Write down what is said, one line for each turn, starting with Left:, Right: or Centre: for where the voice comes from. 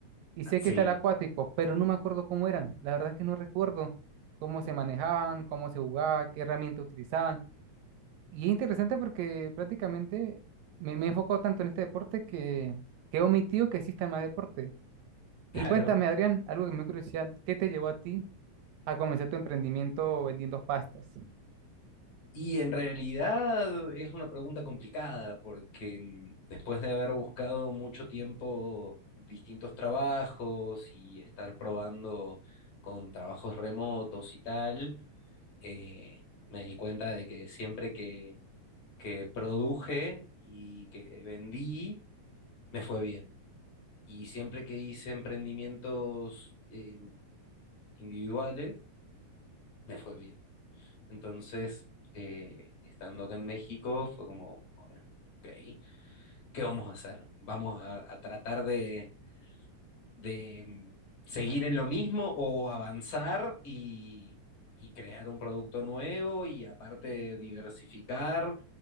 Right: y
Left: <laughs>
Right: sé
Left: ah, sí,
Right: que está el acuático, pero no me acuerdo cómo eran. La verdad es que no recuerdo cómo se
Left: y-
Right: manejaban, cómo se jugaba, qué herramienta utilizaban. Y es interesante porque prácticamente me, me he enfocado tanto en este deporte que, que he omitido que existan más deportes.
Left: claro.
Right: Y cuéntame, Adrián, algo que me dio curiosidad, ¿qué te llevó a ti a comenzar tu emprendimiento vendiendo pastas?
Left: Y en realidad es una pregunta complicada porque mm, después de haber buscado mucho tiempo distintos trabajos y estar probando con trabajos remotos y tal, eh, me di cuenta de que siempre que produje y que vendí, me fue bien. Y siempre que hice emprendimientos eh, individuales, me fue bien. Entonces, eh, estando acá en México, fue como, bueno, ok, ¿qué vamos a hacer? ¿Vamos a, a tratar de, de seguir en lo mismo o avanzar y, y crear un producto nuevo y aparte diversificar,